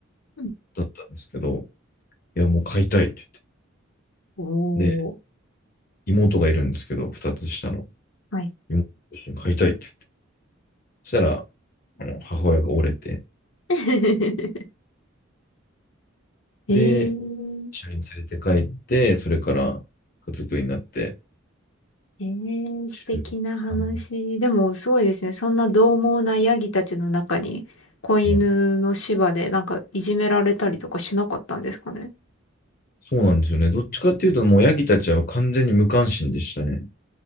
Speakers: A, on the left; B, on the left.
A: うん
B: ったんですけど、いや、もう買いたいって
A: おー、
B: 言って。で、妹がいるんですけど、2つ下の
A: はい。
B: 妹と一緒に買いたいって。そしたら、あの母親が折れて、
A: <laughs> えー
B: で、一緒に連れて帰って、それから家族になって、
A: えー、素敵な話。
B: 13うさんね
A: でも、すごいですね。そんな獰猛なヤギたちの中に、子犬の芝でなんかいじめられたりとかしなかったんですかね。
B: んそうなんですよね。どっちかっていうと、もうヤギたちは完全に無関心でしたね。